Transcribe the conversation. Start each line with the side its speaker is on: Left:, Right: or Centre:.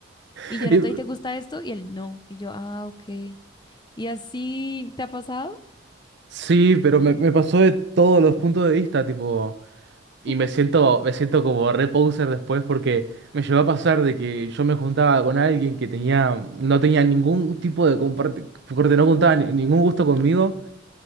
Right: <laughs>
Left: Y yo era
Right: Y-
Left: toda, ¿y te gusta esto? Y él, no, y yo, ah, ok. ¿Y así te ha pasado?
Right: Sí, pero me, me pasó de todos los puntos de vista, tipo.
Left: <laughs>
Right: Y
Left: Ujú.
Right: me siento, me siento como re poser después porque me llegó a pasar de que yo me juntaba con alguien que tenía, no tenía ningún tipo de comparte, corte, no juntaba ni- ningún gusto conmigo